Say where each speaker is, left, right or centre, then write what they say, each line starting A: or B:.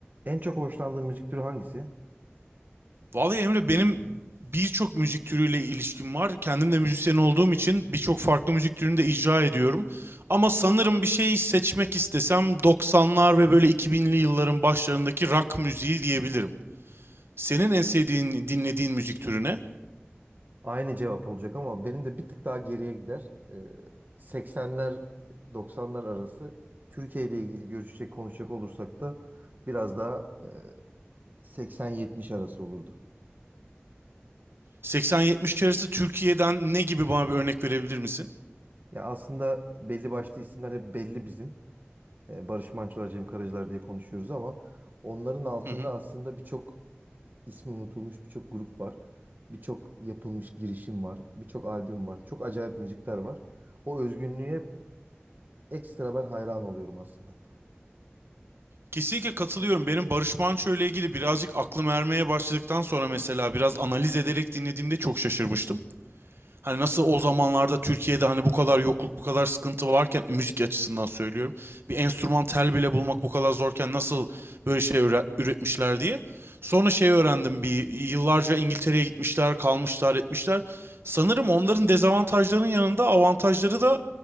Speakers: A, on the right; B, on the right.
A: En çok hoşlandığın müzik türü hangisi?
B: Vallahi Emre benim birçok müzik türüyle ilişkim var. Kendim de müzisyen olduğum için birçok farklı müzik türünü de icra ediyorum. Ama sanırım bir şey seçmek istesem 90'lar ve böyle 2000'li yılların başlarındaki rock müziği diyebilirim. Senin en sevdiğin, dinlediğin müzik türüne
A: Aynı cevap olacak ama benim de bir tık daha geriye gider. Ee, 80'ler 90'lar arası Türkiye ile ilgili görüşecek konuşacak olursak da biraz daha e, 80-70 arası olurdu.
B: 80-70 arası Türkiye'den ne gibi bana bir örnek verebilir misin?
A: Ya aslında belli başlı isimler hep belli bizim. Ee, Barış Manço'lar, Cem Karaca'lar diye konuşuyoruz ama onların altında
B: Hı hı.
A: aslında birçok ismi unutulmuş birçok grup var. Birçok yapılmış girişim var. Birçok albüm var. Çok acayip müzikler var. O özgünlüğe Ekstra ben hayran oluyorum aslında.
B: Kesinlikle katılıyorum. Benim Barış Manço ile ilgili birazcık aklım ermeye başladıktan sonra mesela biraz analiz ederek dinlediğimde çok şaşırmıştım. Hani nasıl o zamanlarda Türkiye'de hani bu kadar yokluk, bu kadar sıkıntı varken müzik açısından söylüyorum. Bir enstrüman tel bile bulmak bu kadar zorken nasıl böyle şey üre- üretmişler diye. Sonra şey öğrendim bir yıllarca İngiltere'ye gitmişler, kalmışlar, etmişler. Sanırım onların dezavantajlarının yanında avantajları da